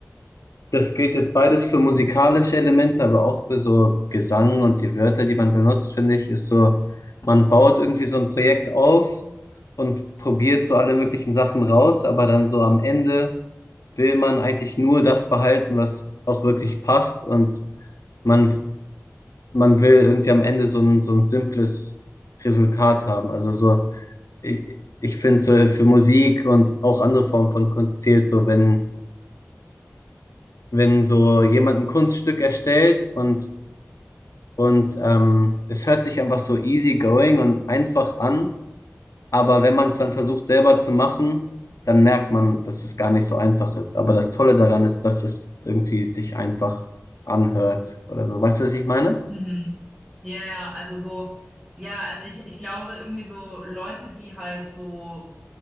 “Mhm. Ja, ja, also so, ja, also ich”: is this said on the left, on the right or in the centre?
Right